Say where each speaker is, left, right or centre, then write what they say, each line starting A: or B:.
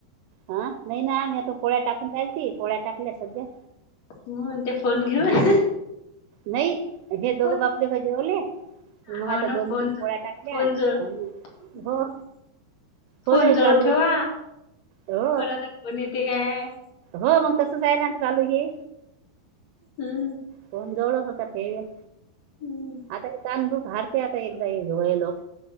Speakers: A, on the right (about 80°); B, on the left (about 50°).
A: हा नाही ना, आम्ही आता पोळ्या टाकून राईलती पोळ्या टाकल्या सध्या,
B: मग ते फोन घेऊन,
A: हे नाही हे दोघं
B: फोन
A: बाप-लेक जेवले. मग
B: हा
A: आता
B: ना
A: दोन-तीन
B: फोन
A: पोळ्या टाकल्या
B: फोन जवळ
A: आणि
B: हम्म.
A: हो हो
B: फोन
A: नाही
B: जवळ
A: चालू
B: ठेवा,
A: हो
B: कोणाचा फोन येते काय,
A: हो मग तसंच आहे ना आता चालू ये.
B: हम्म
A: फोन जवळच होता ठेवेल,
B: हम्म
A: आता हे तहानभूक हारते आता एकदाय यलोयलो.